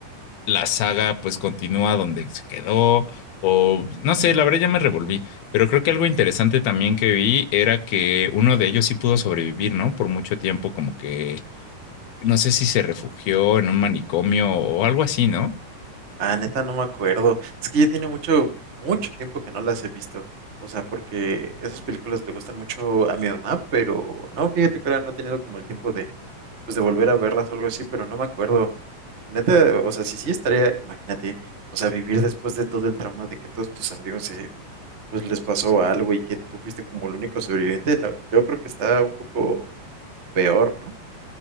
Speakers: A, on the left; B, on the right.
A: la saga pues continúa donde se quedó o no sé, la verdad ya me revolví. Pero creo que algo interesante también que vi era que uno de ellos sí pudo sobrevivir, ¿no? Por mucho tiempo, como que no sé si se refugió en un manicomio o algo así, ¿no?
B: Ah, neta, no me acuerdo. Es que ya tiene mucho, mucho tiempo que no las he visto. O sea, porque esas películas le gustan mucho a mi mamá, pero no, fíjate que ahora no he tenido como el tiempo de, pues, de volver a verlas o algo así, pero no me acuerdo. Neta, o sea, sí, sí estaría, imagínate, o sea, vivir después de todo el trauma de que todos tus amigos se, pues les pasó algo y que tú fuiste como el único sobreviviente, no, yo creo que está un poco peor, ¿no?